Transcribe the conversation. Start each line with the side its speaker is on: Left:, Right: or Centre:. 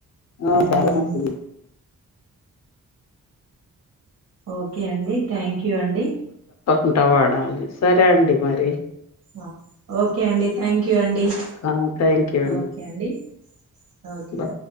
Left: ఆ
Right: మ్మ్
Left: చాలా మంచిది
Right: ఓకే అండి థ్యాంక్ యూ అండి
Left: ఉంట వాడాలి సరే అండి మరి
Right: ఆ ఓకే అండి థ్యాంక్ యూ అండి
Left: ఆ థ్యాంక్ యూ
Right: ఓకే అండి ఓకే
Left: బాయ్